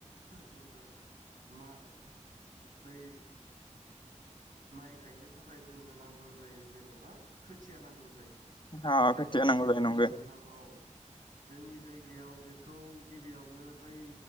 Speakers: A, on the right; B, on the left.
A: जोंनो मा दैै माइ गायनो थाखाय जोंनो नांगौ जायो जेनेबा खोथिया नांगौ जायो।
B: अ
A: बे
B: खोथिया
A: खोथियाखौ
B: नांगौ जायो नंगौ
A: नोंथां औ जोंनि जायगायाव बेखौ गिबियावनो बै